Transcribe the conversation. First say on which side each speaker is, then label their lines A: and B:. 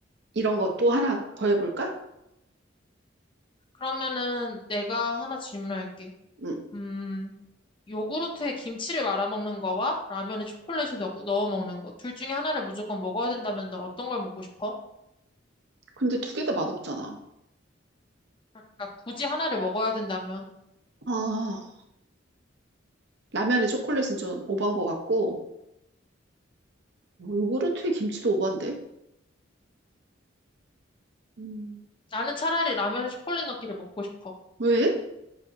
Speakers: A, on the right; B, on the left.
A: 이런 것도 하나 더 해볼까?
B: 그러면은 내가 하나 질문할게.
A: 음,
B: 음. 요구르트에 김치를 말아 먹는 거와 라면에 초콜릿을 넣, 넣어 먹는 거. 둘 중에 하나를 무조건 먹어야 된다면 넌 어떤 걸 먹고 싶어?
A: 근데 두 개 다 맛없잖아.
B: 그러니까 굳이 하나를 먹어야 된다면
A: 아, 라면에 초콜릿은 좀 오버한 것 같고, 뭐 요구르트에 김치도 오버인데? 음,
B: 나는 차라리 라면에 초콜릿 넣기를 먹고 싶어.
A: 왜?